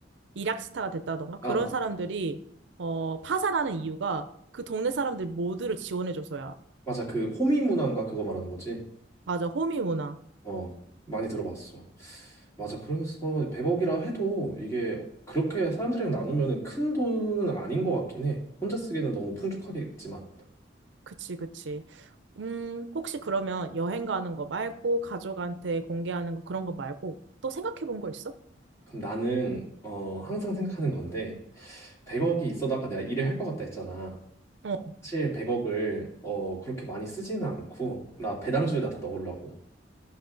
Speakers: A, on the right (about 70°); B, on the left (about 15°).
A: 일약스타가 됐다던가 그런
B: 아, 어.
A: 사람들이, 어, 파산하는 이유가 그 동네 사람들 모두를 지원해줘서야.
B: 맞아. 그 호미 문화인가 그거 말하는 거지.
A: 맞아. 호미 문화.
B: 어, 많이 들어봤어. 맞아. 그래서 100억이라 해도 이게 그렇게 사람들이랑 나누면은 큰 돈은 아닌 것 같긴 해. 혼자 쓰기에는 너무 풍족하겠지만.
A: 그치, 그치. 음, 혹시 그러면 여행 가는 거 말고 가족한테 공개하는 거 그런 거 말고 또 생각해 본 거 있어?
B: 그럼 나는 어 항상 생각하는 건데 100억이 있어도 아까 내가 일을 할 것 같다 했잖아.
A: 어.
B: 사실 100억을 어 그렇게 많이 쓰지는 않고 나 배당주에다 다 넣으려고.